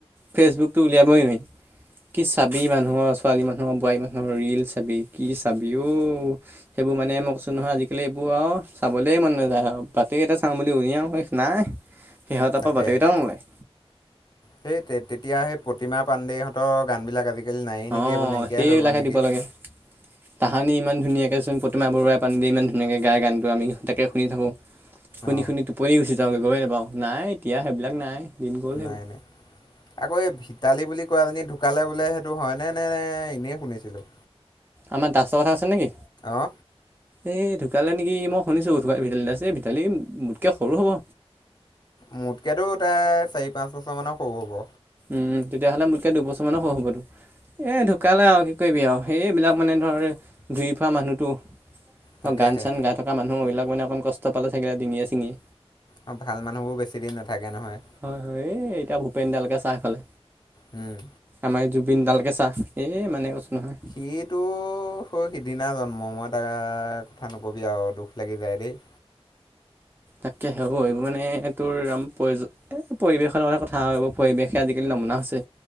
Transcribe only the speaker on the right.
ফেচবুকতো উলিয়াবই নোৱাৰি। কি চাবি মানুহৰ ছোৱালী মানুহৰ বোৱাৰী মানুহৰ ৰিল চাবি কি চাবি অ। সেইবোৰ মানে মই কৈছোঁ নহয় আজিকালি এইবোৰ আৰু চাবলৈই মন নাযায় আৰু বাতৰি এটা চাওঁ বুলি উলিয়াওঁ শেষ নাই। সিহঁতৰ
পৰা বাতী কেইটাও নোলাই।
অঁ
সেইবিলাকহে
দিব লাগে তাহানি ইমান ধুনীয়াকে চোন প্ৰতিমা বৰুৱাই পাণডে ইমান ধুনীয়াক গাই গানটো আমি তাকে শুনি থাকোঁ। শুনি-শুনি
টোপনি গুচি যাওঁগে গমে নাপাওঁ নাই এতিয়া সেইবিলাক নাই। দিন গ'ল সেইবোৰ
আমাৰ দাছৰ কথা আছে নেকি?
এ ঢুকালে নেকি মই শুনিছোঁ ধুকা ভিতালী দাছ এ ভিতালী দাছ মোতকে সৰু হ'ব।
উম, তেতিয়াহ'লে মোতকে দুবছৰ মানো সৰু হ'বটো। এ ঢুকালে আৰু কি কৰিবি আৰু সে এইবিলাক মানে ধৰ ধুই ফুৱা মানুহটো।
অ গান চান গাই থকা মানুহ এইবিলাক মানে অকণ কষ্ট পালে চাগে ডিঙীয়ে চিঙিয়ে
হয়, হয় এই এতিয়া ভূপেন দালকে চা সিফালে।
আমাৰ এই জুবিন ডালকে চা এই মানে কছো নহয়।
তকে সেবোৰ এৰিবনে তোৰ আম প্ৰয়ো এ পৰিৱেশৰ লগতে কথা আও পৰিৱেশে আজিকালি নমুনা হৈছে